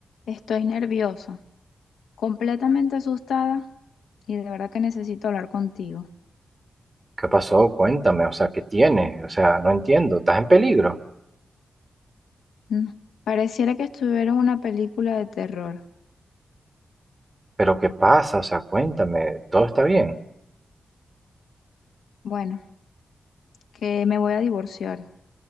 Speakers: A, on the left; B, on the right.
A: Estoy nerviosa, completamente asustada y de verdad que necesito hablar contigo.
B: ¿Qué pasó? Cuéntame, o sea, ¿qué tienes? O sea, no entiendo, estás en peligro,
A: Mm, Pareciera que estuviera en una película de terror.
B: pero ¿qué pasa? O sea, cuéntame, todo está bien,
A: Bueno, que me voy a divorciar.